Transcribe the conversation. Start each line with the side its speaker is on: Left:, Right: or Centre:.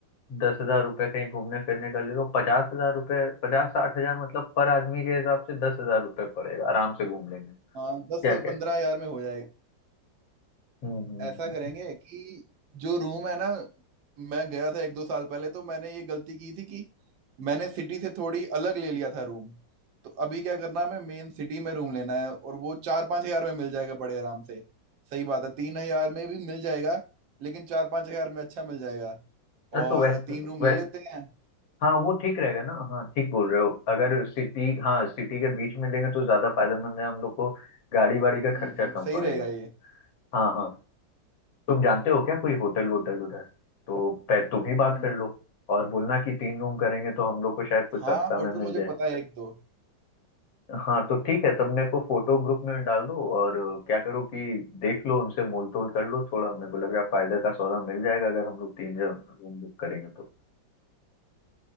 Left: दस हजार रुपये कहीं घूमने फिरने का ले लो पचास हजार रुपये पचास साठ हजार मतलब पर आदमी के हिसाब से दस हजार रुपये पड़ेगा आराम से घूम लेंगे
Right: हाँ
Left: क्या
Right: दस से
Left: कहते
Right: पंद्रह
Left: हैं?
Right: हजार में हो जाएगा
Left: हम्म हम्म,
Right: ऐसा
Left: हम्म।
Right: करेंगे कि जो रूम है ना मैं गया था एक दो साल पहले तो मैंने ये गलती की थी कि मैंने सिटी से थोड़ी अलग ले लिया था रूम तो अभी क्या करना है, हमें मेन सिटी में रूम लेना है और वो चार पांच हजार में मिल जाएगा बड़े आराम से सही बात है तीन हजार में भी मिल जाएगा लेकिन चार पांच हजार में अच्छा मिल जाएगा
Left: अ,
Right: और
Left: तो वैसे
Right: तीन रूम ले
Left: वै,
Right: लेते हैं
Left: हाँ वो ठीक रहेगा ना हाँ ठीक बोल रहे हो अगर सिटी हाँ सिटी के बीच में लेंगे तो ज्यादा फायदेमंद है हम लोग को गाड़ी वाड़ी का
Right: हम्म
Left: खर्चा कम
Right: सही
Left: पड़ेगा
Right: रहेगा ये
Left: हाँ हाँ तुम जानते हो क्या कोई होटल वोटल उधर तो पै तुम ही बात
Right: हम्म
Left: कर लो और बोलना कि तीन रूम करेंगे तो हम लोग को शायद कुछ
Right: हाँ
Left: सस्ता
Right: होटल
Left: में
Right: मुझे
Left: मिल जाए
Right: पता है एक दो
Left: हाँ तो ठीक है तब मेरे को फोटो ग्रुप में डाल दो और अ, क्या करो कि देख लो उनसे मोल तोल कर लो थोड़ा मेरे को लग रहा है फायदा का सौदा मिल जाएगा अगर हम लोग तीन जन रूम बुक करेंगे तो